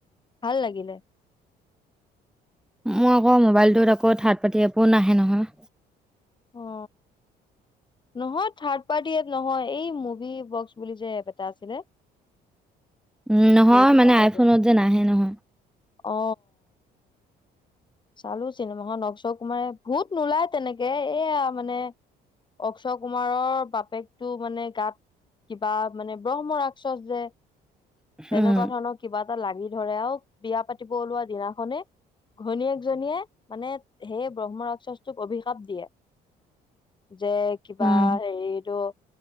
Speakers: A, on the left (about 25°); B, in the centre.
A: ভাল লাগিল। শুনিবলে।
B: মোৰ আকৌ মোবাইলটোত আকৌ থাৰ্ড পাৰ্টি এপো নাহে নহয়।
A: অ নহয় থাৰ্ড পাৰ্টি এপ নহয় এই মুভি বক্স বুলি যে এপ এটা আছিলে।
B: উম নহয়
A: সেইটো
B: মানে
A: পাহে
B: আইফোনত
A: দিয়া।
B: যে নাহে নহয়।
A: অ চালো চিনেমাখন অক্ষয় কুমাৰে ভূত নোলায় তেনেকে এয়া মানে অক্ষয় কুমাৰৰ বাপেকটো মানে গাত কিবা মানে ব্ৰহ্ম ৰাক্ষস যে তেনেকুৱা
B: উম
A: ধৰণৰ কিবা এ লাগি ধৰে আৰু বিয়া পাতিব ওলোৱা দিনাখনে ঘনীয়েক জনীয়ে মানে সেই ব্ৰহ্ম ৰাক্ষসটোক অভিশাপ দিয়ে। যে কিবা
B: উম
A: হেৰিতটো।